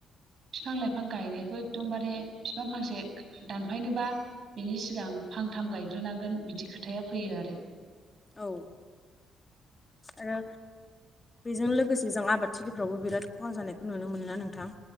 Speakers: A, on the right; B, on the left.
A: बिफां लाइफां गायनायखौ एकदमबारे बिफां फांसे दानफायनोबा बेनि सिगां फांथाम गायग्रोनांगोन बिदि खोथाया फैयो आरो
B: औ आरो बेजों लोगोसे जों आबादथिलिफ्रावबो बिराद खहा जानायखौ नुनो मोनोना नोंथां?